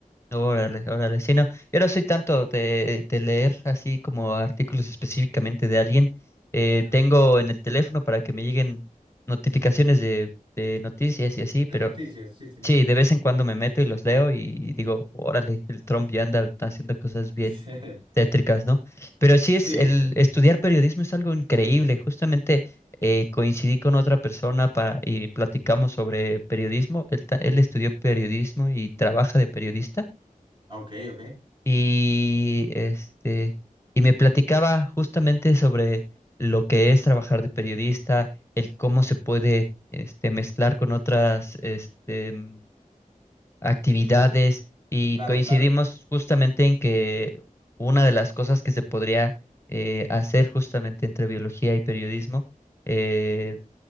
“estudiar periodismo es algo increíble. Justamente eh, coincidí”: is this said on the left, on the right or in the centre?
Left